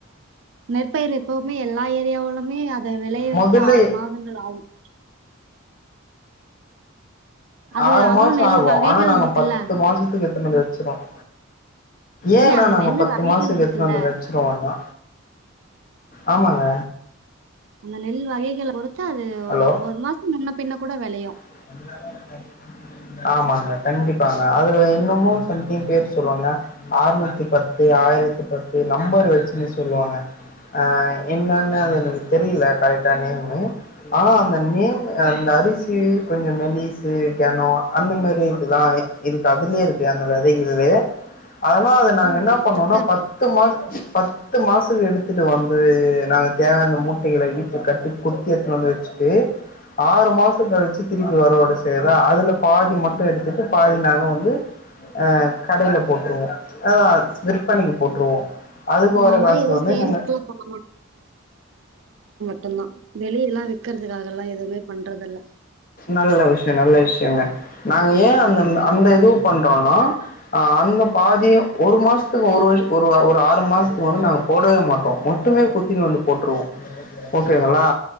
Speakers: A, on the right; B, on the left.
A: நெற்பயிர் எப்போவுமே எல்லா ஏரியாவுலுமே இந்த வெளய வைக்க
B: மொதல்ல
A: ஆறு மாதங்கள் ஆவும் அது
B: ஆறு
A: அதுவும்
B: மாசம்
A: நெல்
B: ஆவு
A: வகைகள்
B: ஆனா நாங்க
A: இருக்குல்ல.
B: பத்து மாசத்துக்கு எத்தனு வந்து வச்சிருவோம்
A: ஏங்க
B: ஏன்னா
A: அந்த
B: நாங்க
A: நெல்லு
B: பத்து
A: வகைகள்
B: மாசத்துக்கு
A: இருக்குல்ல.
B: எடுத்துனு வச்சிருவோனா ஆமாங்க
A: அந்த நெல் வகைகளை பொறுத்து அது
B: ஹலோ
A: ஒரு மாசம் முன்ன பின்ன கூட வெளையும்
B: <unintelligible> ஆமாங்க கண்டிப்பாங்க அதுல என்னமோ சம்திங் பேர் சொல்லுவாங்க ஆர்நூத்தி பத் ஆயிரத்தி பத்து நம்பர் வச்சுன்னு சொல்லுவாங்க ஆஹ் என்னன்னு அது எனக்கு தெரியல கரெக்டா நேமு ஆனா அந்த நேம் அந்த அரிசி கொஞ்சம் மெலிசு கெனம் அந்த மாரி இருக்குதான் இருக்கு அதுலே இருக்கு அந்த வெதைகள்ளயே அதனாம் அது நாங்க
A: ஆமாங்க
B: என்ன
A: அப்படித்தான்
B: பண்ணோம்னா
A: இருக்கும்.
B: பத்து மாசம் பத் பத்து மாசம் எடுத்துட்டு வந்து நாங்க தேவையான மூட்டைகளை வீட்ல கட்டி குத்தி எத்துனு வந்து வச்சுட்டு ஆறு மாசம் கழிச்சு திருப்பி வருவாடு செய்தா அதுல்ல பாதி மட்டும் எடுத்துட்டு பாதி நாங்க வந்து அஹ் கடையில போட்டுருவோம் ஆஹ் விற்பனைக்கு போட்டுருவோம் அதுக்கு வர
A: நாங்கலாம்
B: காசு
A: எதுவும்
B: வந்து
A: சேல்ஸ்க்குலாம்
B: நாங்க
A: போட மட்டும்தான் வெளிய எல்லாம் விக்கறதுக்காகல்லாம் எதுவுமே பண்றதில்ல.
B: நல்ல விஷயம் நல்ல விஷயங்க நாங்க ஏன் அந்த அந்த இதுவும் பண்றோம்னா அந்த பாதிய ஒரு மாசம் ஒரு வருஷ ஒரு ஒரு ஆறு மாசத்துக்கு வந்து நாங்க போடவே மாட்டோம் மொத்தமே புத்தினு வந்து போட்டுருவோம் ஓகேங்களா